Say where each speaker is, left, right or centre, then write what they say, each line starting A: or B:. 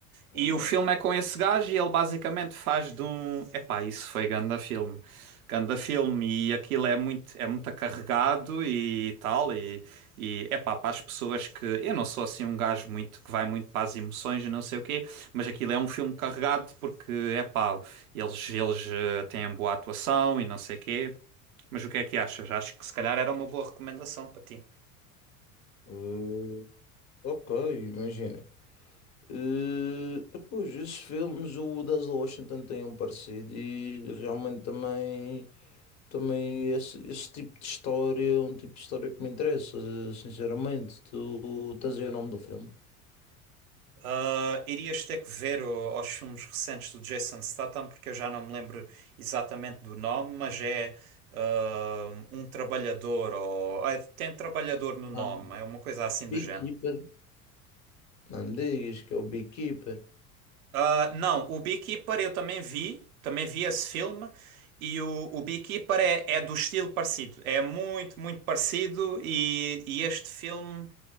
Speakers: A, on the left; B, on the right.
A: é?
B: E o filme é com esse gajo e ele basicamente faz de um. Epá, isso foi ganda filme. Ganda filme e aquilo é muito, é muito carregado e tal. E, e epá, para as pessoas que. Eu não sou assim um gajo muito que vai muito para as emoções e não sei o quê, mas aquilo é um filme carregado porque, epá, eles, eles eh, têm boa atuação e não sei o quê. Mas o que é que achas? Acho que se calhar era uma boa recomendação para ti.
A: Eh, ok, imagina. Eh, pois, esses filmes, o Denzel Washington tem um parecido e realmente também, também esse, esse tipo de história é um tipo de história que me interessa, eh, sinceramente. Tu tens aí o nome do filme?
B: Ah, irias ter que ver o- os filmes recentes do Jason Statham, porque eu já não me lembro exatamente do nome, mas é ah, um trabalhador, ou ah, tem trabalhador no nome,
A: Ah,
B: é uma coisa assim
A: Beekeeper.
B: do género.
A: Não me digas que é o Beekeeper.
B: Ah, não, o Beekeeper eu também vi, também vi esse filme, e o, o Beekeeper é, é do estilo parecido, é muito, muito parecido, e, e este filme